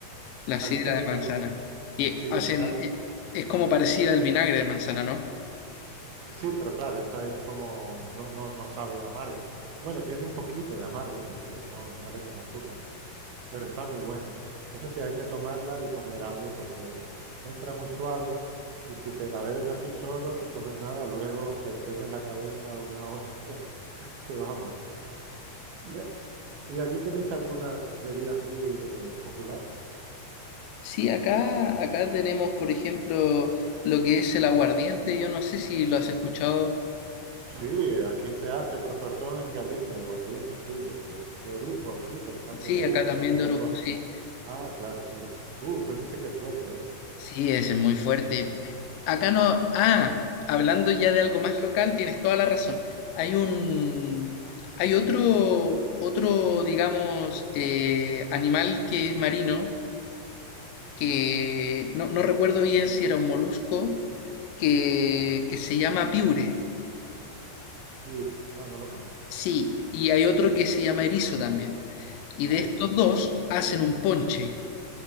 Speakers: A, on the left (about 75°); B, on the right (about 90°).
A: la sidra
B: Allí tenéis
A: de manzana,
B: algún...
A: y
B: Sí,
A: hacen,
B: hay-
A: eh, es como parecida al vinagre de manzana, ¿no?
B: sí, pero claro, esta es como... No, no, no sabe amarga. Bueno, tiene un poquito de amargo porque no, no le echan azúcar. Pero está muy buena. Eso sí, hay que tomarla y comer algo porque entra muy suave y si te la bebes así solo, sin comer nada, luego te pega en la cabeza una hostia <laughs> que vamos. ¿Y, y allí tenéis alguna bebida así eh, popular?
A: Sí, acá, acá tenemos, por ejemplo, lo que es el aguardiente. Yo no sé si lo has escuchado.
B: Sí, aquí se hace, pero sobre todo en Galicia, aguardiente, sí, de, de, de orujo aquí, pero se hace
A: Sí,
B: de uvas,
A: acá también
B: de muchas
A: de Orujo,
B: cosas.
A: sí.
B: Ah, claro, sí. Uf, ese sí que es fuerte, ¿eh?
A: Sí, ese es muy fuerte. Acá no. Ah, hablando ya de algo más local, tienes toda la razón. Hay un. Hay otro, otro, digamos, eh, animal que es marino, que no, no recuerdo bien si era un molusco, que, que se llama piure.
B: Pure. Ah, no lo conozco.
A: Sí, y hay otro que se llama erizo también. Y
B: Ah,
A: de estos
B: erizo sí.
A: dos hacen un ponche,